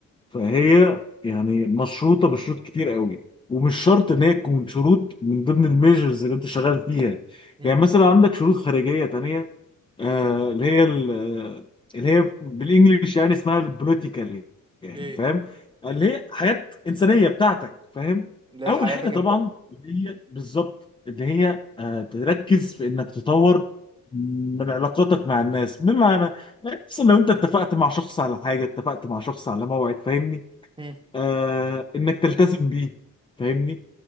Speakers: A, on the left (about 15°); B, on the right (about 15°).
A: فهي يعني مشروطه بشروط كتير قوي ومش شرط ان هي تكون شروط من ضمن الميجرز اللي انت شغال فيها
B: امم
A: يعني مثلا عندك شروط خارجيه تانية آه اللي هي ال- آه، اللي هي بالانجلش يعني اسمها البوليتيكال يعني
B: ايه
A: فاهم اللي هي حياه انسانيه بتاعتك فاهم
B: لحياتك
A: اول حاجه طبعا
B: انت
A: اللي هي بالظبط اللي هي
B: مم.
A: آه تركز في انك تطور من علاقاتك مع الناس بمعنى خصوصا لو انت اتفقت مع شخص على حاجه اتفقت مع شخص على موعد فاهمني
B: مم.
A: آه انك تلتزم بيه فاهمني